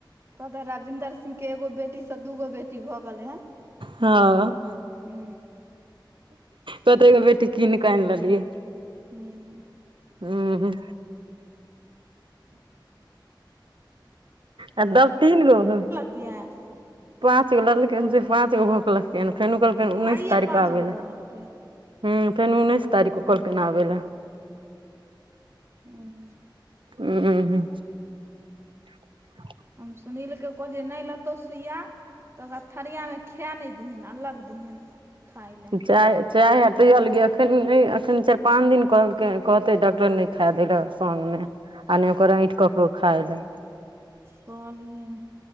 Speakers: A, on the right; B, on the right.
A: कहते रविन्दर सिंह के एगो बेटी से दूगो बेटी भऽ गेलै हन।
B: हँ।
A: हू।
B: कहतै एगो बेटी कीनिकऽ आनि लेलियै।
A: हू।
B: हू ह। आ दस तीन गो गऽ।
A: किये?
B: पाँच गो लेलखिन से पाँच गो भोकलखिन फेन ओ कहलकै उन्नैस
A: आइये
B: तारीख
A: पाँच
B: कऽ आबै
A: गो
B: लए।
A: दऽ देलकै
B: हूं फेरो उन्नैस तारीखक कहलकैन आबै लै।
A: उं
B: उं हूं हूं <unintelligible>
A: हम सुनील के कहलियै नहि ले नइ लेतो सुूइया तऽ ओकरा थरिया में खाय नइ दीहेन अलग दिहेन खाय ले
B: चाय चाय आर दियल गे एखन नइ एखन चारि पाँच दिन कहलकै कहतै डॉक्टर नहि खाए दैलै सङ्गमे आ नहि ओकर आॅंठि ककरो खाय लए।
A: कहलि है।